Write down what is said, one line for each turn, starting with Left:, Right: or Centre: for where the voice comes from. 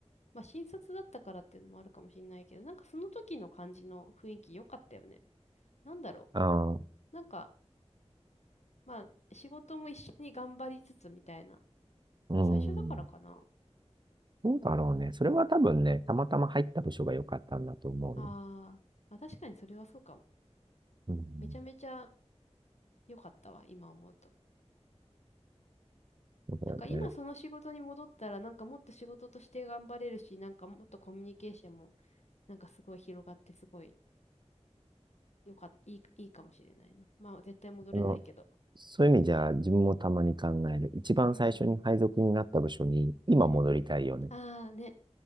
Left: まあ新卒だったからっていうのもあるかもしれないけど、なんかその時の感じの雰囲気良かったよね。なんだろ
Right: ああ、う
Left: う。なんか、まあ仕事も一緒に頑張りつつみたいな。
Right: ーん。
Left: もう最初だからかな。
Right: どうだろうね。それは多分ね、たまたま入った部署が良かったんだと思うよ。
Left: あー、まあ確かにそれはそうかも。
Right: うん。
Left: めちゃめちゃ良かったわ、今思うと。
Right: そうだよね。
Left: なんか今その仕事に戻ったら、なんかもっと仕事として頑張れるし、なんかもっとコミュニケーションもなんかすごい広がってすごい良かった、いい、いいかもしれないな。まあ絶対戻れないけど。
Right: あの、そういう意味じゃ、自分もたまに考える。一番最初に配属になった部署に今戻りたいよね。
Left: うん。うん。ああね、